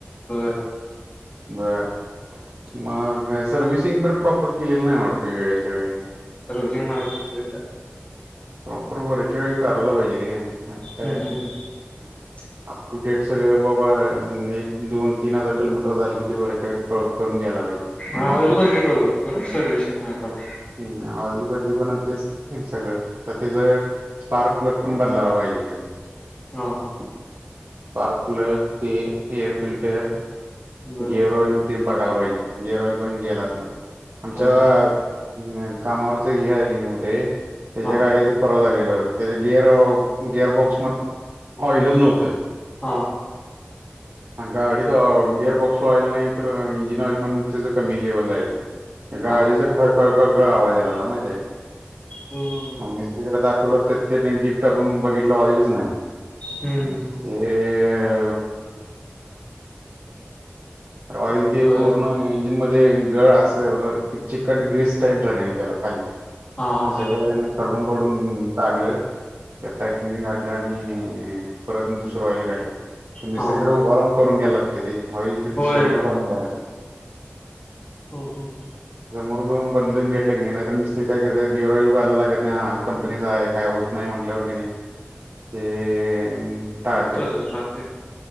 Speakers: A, on the left (about 35°); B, on the right (about 70°).
A: हो.
B: बं मग सर्विसिंग पण प्रॉपर केलेलं नाही आवडत. ते.
A: मग.
B: प्रॉपर गरच कराला पाहिजे रे. नाही
A: हम्म
B: काय
A: हम् हम्.
B: अप टू डेट सगळ बाबा एक दोन तीन हजार किलोमीटर झाले किती वऱच्या ववर करून ग्यायला पाहिजे.
A: ऑइल बदली करू बर सर्वि्हसिंग नाही करू?
B: हम् ऑईली बदली पण तेच सगळं आता त्याच स्पार्क प्लग पण बदलाला पाहि. तेठीकेत.
A: हा हा.
B: पार्क प्लग ते एअर फिल्टर
A: बर
B: गिअर ऑइल. ते बघायला पाहिजे गेरऑईल पण गेलाच ना आमच्या,
A: हा हा
B: अ कामावरच हे आहे की नाही उदे त्याच्या
A: हा
B: गाडीच परवा झालेलं त्याचे गिअर गिअर बॉक्स मध्ये ऑईलच नव्हतं.
A: हा.
B: ग अडी तर गिअर बॉक्सला ऑइल नाही तर इंजिन ऑइल पण त्याच कमी लेवल जालेल? गाडीचळकळळ
A: हा हा
B: आवाजेला आला माहीती आहे का?
A: हम्म
B: मग मिस्त्रीकडे दाख. लर डीप टाकून बघितला ऑइलच नाही!
A: हम्म
B: ये रॉल ते
A: होय
B: पूर्ण इंजिन मध्ये. गळ अस चिकट ग्र्रीस टाईप झालेलं त्याला खाली. ते
A: हा हा
B: सगळं
A: हा
B: त्यांना खरडून करडून कारलं. त्या पॅकिंग घातठल्या आणि परत दुसरं ऑइल घाातलं मिस्त्रीकडे
A: हा हा
B: उभ राहून. करून घ्यायला लागते रे होईल
A: होय
B: समोर घणून घ्यायच.
A: हो हो हो...
B: बदलून घेत की नाही तरर मिस्त काय करत गेअरल बयला लागत नाही हा कंपनीचचा आहे काय होत नाही म्हण. र गेणे ते. टाळत्यात.
A: तसच राहते.